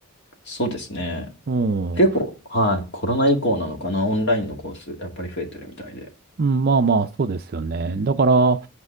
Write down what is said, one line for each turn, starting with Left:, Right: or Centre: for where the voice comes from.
Left: そうですね。
Right: うん。
Left: 結構、
Right: う
Left: はい、コロナ以降なのかな、オンラインのコース、やっぱり増えてるみたいで。
Right: ん、まあまあ、そうですよね。
Left: うん、
Right: だから、